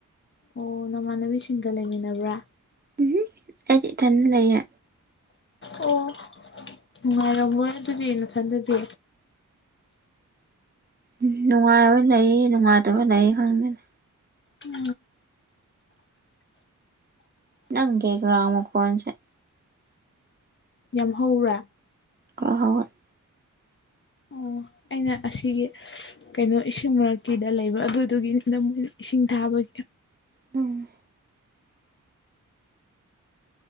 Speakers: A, on the left; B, on the right.
A: ꯑꯣ ꯅꯃꯥꯟꯅꯕꯤꯁꯤꯡꯒ ꯂꯩꯃꯤꯟꯅꯕ꯭ꯔꯥ
B: ꯎꯝ ꯍꯥꯏ ꯈ ꯂꯩꯦ
A: ꯑꯣ ꯅꯨꯡꯉꯥꯏꯔꯝꯃꯣꯏꯅ ꯑꯗꯨꯗꯤ ꯅꯊꯟꯗꯗꯤ
B: ꯎ ꯅꯨꯡꯉꯥꯏꯕ ꯂꯩꯌꯦ ꯅꯨꯡꯉꯥꯏꯇꯕ ꯂꯩ ꯈꯪꯗ
A: ꯎꯝ
B: ꯅꯪ ꯀꯦꯒ꯭ꯔꯥ ꯃ ꯀꯣꯟꯁꯦ꯫
A: ꯌꯥꯝ ꯍꯧꯔꯥ
B: <unintelligible>
A: ꯑꯣ ꯑꯩꯅ ꯑꯁꯤꯒꯤ ꯀꯩꯅꯣ ꯏꯁꯤꯡ ꯃꯔꯛꯀꯤꯗ ꯂꯩꯕ ꯑꯗꯨꯗꯨꯒꯤꯅꯤꯅ ꯃꯣꯏꯅ ꯏꯁꯤꯡ ꯊꯥꯕꯒꯤ
B: ꯎꯝ